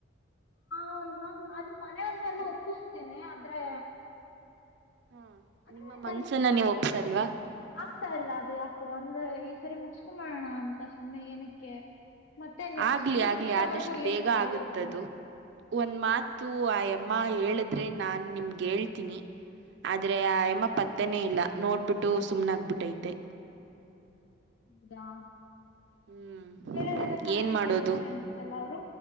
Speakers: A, on the left; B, on the right.
A: ಹ ನ ಅದ ಮನೆಯವನ್ನೆಲ್ಲ ಒಪ್ಪಿಸ್ತೇನಿ ಆದ್ರೆ
B: ಹ
A: ಅಂದ್ರೆ
B: ನಿಮ್ಮ ಮನ್ಸನ್ನ
A: ನನ್
B: ನೀವ್ ಒಪ್ಸಲ್ವಾ
A: ಆಗ್ತಾ ಇಲ್ಲ ಅದು ಯಾಕು ಅಂದ್ರೆ ಸರಿ ಮುಗಸ್ಕೊ ಮಾಡೋಣ ಅಂತ ಸುಮ್ಮನೆ ಏನಕ್ಕೆ ಮತ್ತೆ ನೆಕ್ಸ್ಟ್
B: ಆಗ್ಲಿ ಆಗ್ಲಿ
A: ವರ್ಷವರೆಗೂ
B: ಆದಷ್ಟು
A: ಏನ
B: ಬೇಗ
A: ಕಾಯದು
B: ಆಗುತ್ತದು ಒಂದ್ ಮಾತು ಆ ಎಮ್ಮ ಹೇಳಿದ್ರೆ ನಾನ್ ನಿಮ್ಗ ಹೇಳ್ತೀನಿ. ಆದ್ರೆ ಆಯಮ್ಮ ಪತ್ತನೇ ಇಲ್ಲ ನೋಡ್ಬಿಟ್ಟು ಸುಮ್ನ ಆಗ್ಬಿಟ್ಟೈತೆ.
A: ಹೌದಾ
B: ಹ್ಮ
A: ಬೇರೆದೆಲ್ಲ ಚೆನ್ನಾಗೆ
B: ಏನ್ ಮಾಡೋದು
A: ಕೇಳ್ತಾರೆ ಅನ್ಸತ್ತಲ್ಲ ಅವರು